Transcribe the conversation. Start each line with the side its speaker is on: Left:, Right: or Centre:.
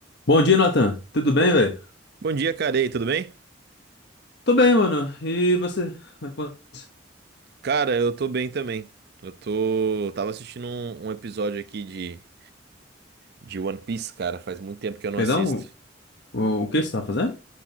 Left: Bom dia, Nathan. Tudo bem,
Right: Bom,
Left: velho?
Right: bom dia, cara. E aí, tudo bem?
Left: Tô bem, mano. E você? Como é que você-
Right: Cara, eu tô bem também. Eu tô. Tava assistindo um, um episódio aqui de, de One Piece, cara. Faz muito tempo que eu não
Left: Perdão?
Right: assisto.
Left: O, o que você tá fazendo?